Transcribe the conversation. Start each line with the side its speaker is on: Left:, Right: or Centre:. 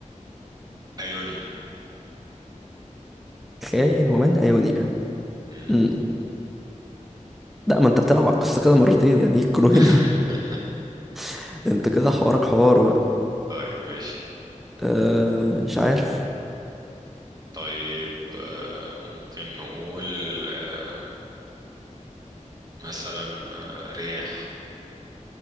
Right: ايونيا
Centre: خاين ومن ايونيا
Right: مم.
Centre: امم لا ما انت بتلعب على القصة كده مرتين يعني يكلوا هنا
Right: <laughs>
Centre: <laughs> انت كده حوارك حوار بقى
Right: طيب ماشي
Centre: أه مش عارف
Right: طيب آه، ممكن نقول آه، مثلا آه، رياح